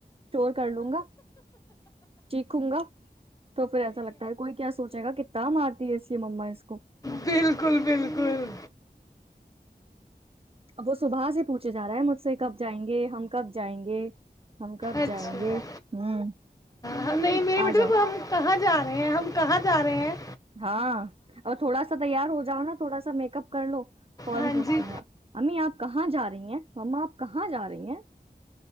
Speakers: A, on the right; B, on the left.
A: چور کر لوں گا چیکھوں گا تو پھر ایسا لگتا ہے کوئی کیا سوچے گا کتنا مارتی ہے اس یہ مما اس کو
B: بالکل بالکل
A: ا وہ صبح سے پوچھے جا رہا ہے مج سے کب جائیں گے ہم کب جائیں گے ہم کب
B: اچھا
A: جائیں گے ہوں
B: ہاں نہیں میری بیٹی
A: آ جاؤ
B: ہم کہاں جا رہے ہیں ہم کہاں جا رہے ہیں
A: ہاں اور تھوڑا سا تیار ہو جاؤ نا تھوڑا سا میک اپ کر لو فورن
B: ہاں
A: پوچھتے
B: جی
A: ہیں امی آپ کہاں جا رہی ہیں ما آپ کہاں جا رہی ہیں